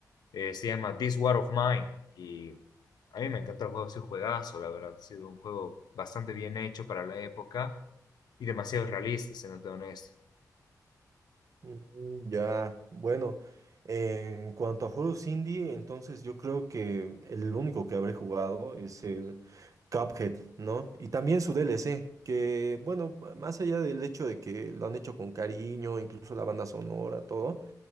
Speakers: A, on the left; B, on the right.
A: Eh, se llama This War of Mine y a mí me encanta el juego, es un juegazo, la verdad, ha sido un juego bastante bien hecho para la época y demasiado realista, siéndote honesto.
B: Mm, Ya, bueno, en cuanto a juegos indie, entonces yo creo que el único que habré jugado es el Cuphead, ¿no? Y también su DLC, que bueno, más allá del hecho de que lo han hecho con cariño, incluso la banda sonora, todo,